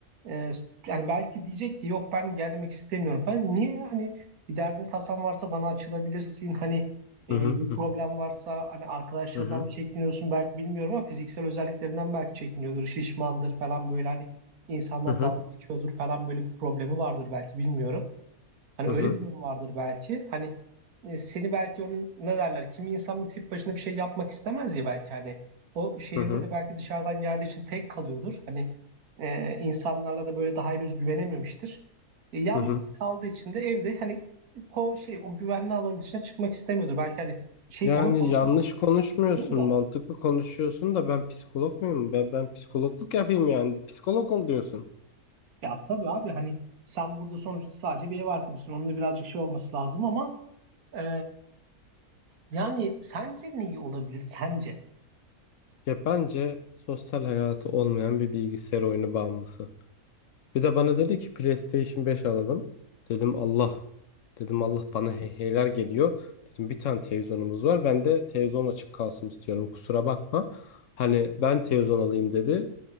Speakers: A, on the right; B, on the left.
A: Ee, yani belki diyecek ki yok ben gelmek istemiyorum falan. Niye ya? hani bir derdin tasan varsa bana açılabilirsin. Hani e,
B: Hı hı
A: bir
B: hı
A: problem varsa hani arkadaşlarından
B: hı
A: mı çekiniyorsun belki bilmiyorum ama fiziksel özelliklerinden belki çekiniyordur. Şişmandır falan böyle hani insanlar
B: hı hı
A: dalga geçiyordur falan böyle bir problemi vardır belki bilmiyorum. Hani
B: hı
A: öyle
B: hı
A: bir durum vardır belki. Hani e, seni belki onun ne derler kimi insan bir tek başına bir şey yapmak istemez ya belki hani o şehirde
B: hı hı.
A: de belki dışarıdan geldiği için tek kalıyordur. Hani ee, insanlarla da böyle daha henüz güvenememiştir. E, yalnız
B: hı
A: kaldığı için de evde hani ko şey o güvenli alanın dışına çıkmak istemiyordur. Belki hani şey
B: Yani
A: onun tarafından
B: yanlış konuşmuyorsun,
A: bakıyorum da
B: mantıklı konuşuyorsun da ben psikolog muyum? Ben, ben psikologluk yapayım yani. Psikolog ol diyorsun.
A: ya tabii abi hani sen burada sonuçta sadece bir ev arkadaşın. Onunla birazcık şey olması lazım ama e, Yani sence ne iyi olabilir? Sence?
B: Ya bence sosyal hayatı olmayan bir bilgisayar oyunu bağımlısı. Bir de bana dedi ki PlayStation 5 alalım. Dedim Allah. Dedim Allah bana heyheyler geliyor. Dedim bir tane televizyonumuz var. Ben de televizyon açık kalsın istiyorum. Kusura bakma. Hani ben televizyon alayım dedi.